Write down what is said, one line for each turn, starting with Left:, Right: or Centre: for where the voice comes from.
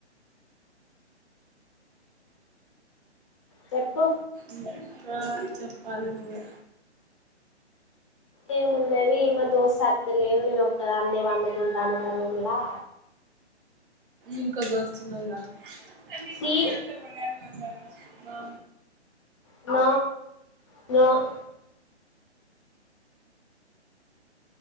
Left: చెప్పు
Right: ఉమ్. ఇంకా, చెప్పాలి నువ్వే.
Left: ఏమున్నది ఈమె దోస్తీ అత్తర్. లేదు నేను ఒక్కదాన్నే, వండుకుంటాను మా రూమ్లా.
Right: ఇంకో దోస్తు ఉన్నాగా న్నింత
Left: ఛీ
Right: పడా అహా
Left: న న